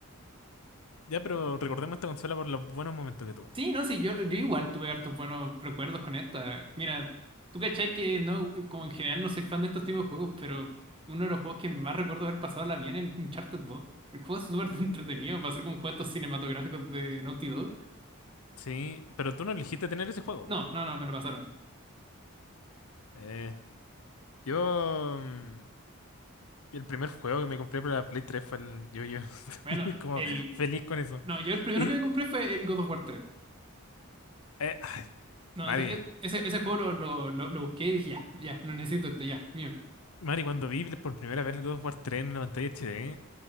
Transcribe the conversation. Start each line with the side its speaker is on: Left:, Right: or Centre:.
Left: Ya, pero recordemos esta consola por los buenos momentos que tuvo.
Right: Sí, no, sí, yo, yo igual tuve hartos buenos recuerdos con esta. Mira, tú cachai que no, como en general no soy fan de estos tipos de juegos, pero uno de los juegos que más recuerdo haber pasado la vida en el Uncharted 2. El juego es súper <laughs> entretenido, para ser como un juego de estos cinematográficos de Naughty Dog.
Left: Sí, pero tú no elegiste tener ese juego.
Right: No, no, no, me lo pasaron.
Left: Eh, yo... mm, El primer juego que me compré para la Play 3 fue el Yo-Yo.
Right: Bueno,
Left: <laughs> Y como
Right: el.
Left: feliz con eso.
Right: No, yo el primero
Left: Y...
Right: que me compré fue el God of War tres
Left: eh,
Right: No,
Left: Mari,
Right: ese, e, ese, ese juego lo, lo, lo, lo busqué y dije, ya, ya, lo necesito este, ya, mío.
Left: Mari, cuando vi por primera vez el God of War tres en una pantalla HD,